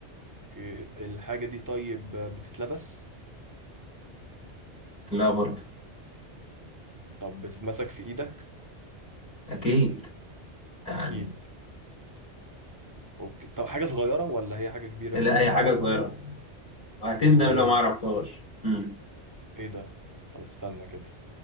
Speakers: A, on the right; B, on the left.
A: اوكي الحاجة دي طيب آه، بتتلبس
B: لا برضه
A: طب بتتمسك في ايدك
B: اكيد يعني
A: اكيد اوكي طب حاجة صغيرة ولا هي حاجة كبيرة
B: لا اي حاجه صغيره وهتندم
A: حاجة صغيرة
B: لو ما عرفتهاش مم.
A: ايه ده طب استنى كده